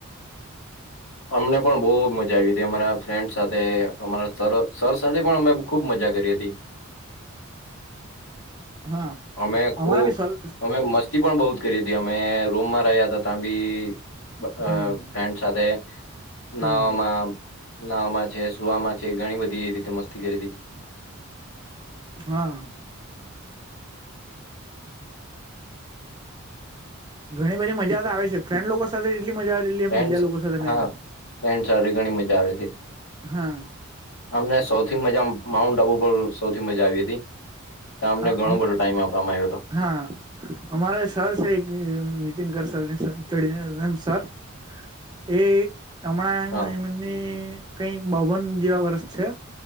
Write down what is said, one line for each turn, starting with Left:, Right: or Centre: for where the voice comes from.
Left: અમને પણ બહુ મજા આવી હતી અમારા ફ્રેન્ડ સાથે અમારા સર સાથે પણ અમે ખુબ મજા કરી હતી.
Right: હા
Left: અમે ખુબ
Right: અમારા બી સોલ
Left: અમે મસ્તી પણ બહ જ કરી હતી અમે રૂમમાં રહ્યા હતા ત્યાં બી. અ
Right: હમ
Left: ફ્રેન્ડ સાથે
Right: હમ
Left: નાવમાં ના માં છે સુમાં છે ઘણી બધી એ રીતે મસ્તી કરતી.
Right: હા ઘણી બધી મજા તો આવે છે ફ્રેન્ડ લોકો સાથે એટલી મજા એટલી
Left: ફ્રે
Right: એમ બીજા લોકો સાથે નહી
Left: હા
Right: આવે
Left: ફ્રેન્ડ ઘણી મજા આવે છે.
Right: હા
Left: અમને સૌથી મજા માઉન્ટ આબુ પર સૌથી મજા આવી હતી. મને
Right: હા
Left: ઘણો
Right: અમ
Left: બધો ટાઈમ આપવામાં આવ્યો હતો.
Right: હા અમારે સર સે છે એક નનીતિનગ સર <unintelligible> એ હમણાં
Left: હા
Right: કઈ બાવન જેવા વર્ષ છે